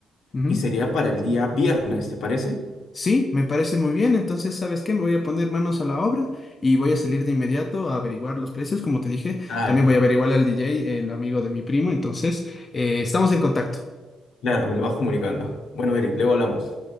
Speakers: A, on the left (about 35°); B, on the left (about 75°).
A: Ujú.
B: y sería para el día viernes, ¿te parece?
A: Sí, me parece muy bien. Entonces, ¿sabes qué? Me voy a poner manos a la obra y voy a salir de inmediato a averiguar los precios. Como te dije,
B: Dale,
A: también voy a averiguarle al DJ, el amigo de mi primo. Entonces, eh, estamos en contacto.
B: claro, me lo vas comunicando. Bueno, Eric, luego hablamos.